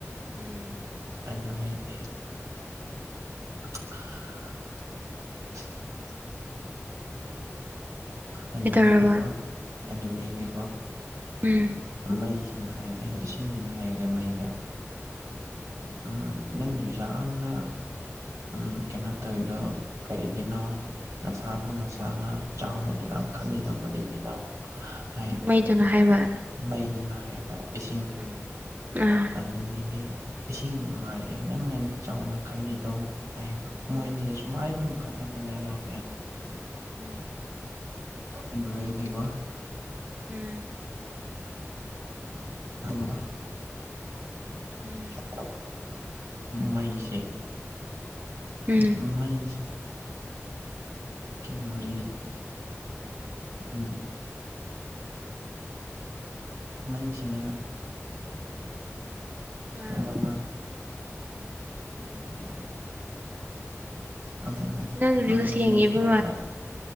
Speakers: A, on the right; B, on the right.
A: ꯎꯝ
B: ꯑꯗꯨꯅꯦꯗꯦ <unintelligible> ꯑꯗꯨꯒꯤꯗꯤꯀꯣ
A: ꯀꯩꯗꯧꯔꯕ ꯎꯝ
B: ꯑꯗꯨꯒꯤꯗꯤꯀꯣ
A: ꯎꯝ
B: ꯃꯩꯁꯤꯅ ꯍꯥꯏꯔꯦ ꯏꯁꯤꯡꯁꯤꯅ ꯍꯥꯏꯔꯦ ꯃꯩꯗ ꯎꯝ ꯅꯪꯗꯨꯁꯨ ꯌꯥꯝꯅ ꯎ ꯀꯩꯅꯣ ꯇꯧꯋꯔꯤꯗꯣ ꯀꯔꯤꯒꯤꯅꯣ ꯅꯁꯥꯕꯨ ꯅꯁꯥꯅ ꯆꯥꯎꯅ ꯗꯨꯌꯥꯝ ꯈꯜꯂꯤꯗꯣ ꯀꯔꯤꯒꯤꯅ ꯍꯥꯏꯕ
A: ꯃꯩꯗꯨꯅ ꯍꯥꯏꯕ
B: ꯃꯩꯗꯨꯅ ꯍꯥꯏꯕ ꯏꯁꯤꯡꯗ
A: ꯎꯝ ꯑꯥ
B: ꯅꯅꯤ ꯏꯁꯤꯡꯅ ꯃꯥꯏꯔꯦ
A: ꯎꯝ
B: ꯅꯪꯅ ꯃꯤ ꯆꯥꯎꯅ ꯈꯜꯂꯤꯗꯣ ꯍꯥꯏꯌꯦꯕ
A: ꯎꯝ
B: ꯃꯣꯏ ꯑꯅꯤꯁ ꯃꯥꯏ ꯑꯗꯨꯝ ꯀꯥꯟꯅꯅ ꯂꯩꯒꯦꯅꯦ
A: ꯎꯝ
B: ꯑꯗꯨꯕꯦꯗꯤꯒ
A: ꯎꯝ ꯎꯝ
B: ꯑꯝꯕ
A: ꯎꯝ
B: ꯈ ꯃꯩꯁꯦ
A: ꯎꯝ ꯎꯝ
B: ꯃꯩ ꯀꯗꯧꯔꯤ ꯎ ꯃꯩꯁꯤꯅ
A: ꯎꯝ
B: ꯈꯪꯉꯕ
A: ꯎꯝ
B: ꯎꯝꯁꯅꯦ
A: ꯅꯪ ꯔꯤꯜꯁ ꯌꯦꯡꯉꯤꯕ
B: ꯀ